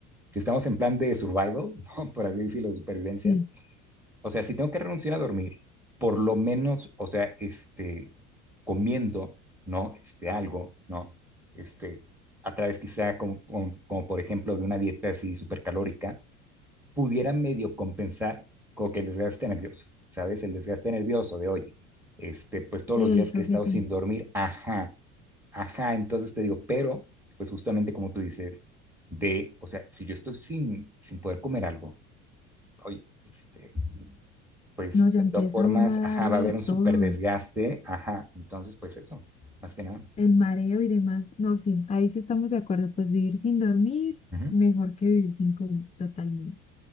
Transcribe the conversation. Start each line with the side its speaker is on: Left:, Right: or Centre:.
Centre: si estamos en plan de survival, <laughs> ¿no? por así decirlo, de supervivencia,
Left: Sí,
Centre: o sea, si tengo que renunciar a dormir, por lo menos, o sea, este, comiendo, ¿no? Este, algo, ¿no? Este, a través quizá como, como, como por ejemplo de una dieta así supercalórica, pudiera medio compensar como que el desgaste nervioso, ¿sabes? El desgaste nervioso de, oye, este, pues todos
Left: eso
Centre: los días que he estado
Left: sí, sí.
Centre: sin dormir, ajá, Ajá, entonces te digo, pero, pues justamente como tú dices, de, o sea, si yo estoy sin, sin poder comer algo, oye, este, pues
Left: No, ya
Centre: de
Left: empieza
Centre: todas formas,
Left: uno a darle
Centre: ajá, va a haber un súper
Left: todo.
Centre: desgaste, ajá, entonces pues eso, más que nada.
Left: el mareo y demás. No, sí, ahí sí estamos de acuerdo. Pues vivir sin dormir,
Centre: Ujú,
Left: mejor que vivir sin comer, totalmente.